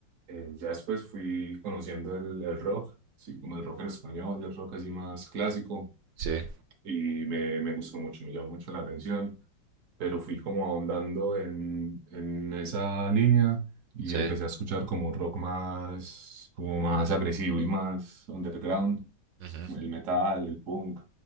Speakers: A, on the right; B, on the right.
A: Eh, ya después fui conociendo el, el rock, sí, como el rock en español, el rock así más clásico,
B: sí,
A: y me, me gustó mucho, me llamó mucho la atención, pero fui como ahondando en, en esa línea y
B: sí,
A: empecé a escuchar como un rock más, como más agresivo y más underground,
B: ujú,
A: el metal, el punk,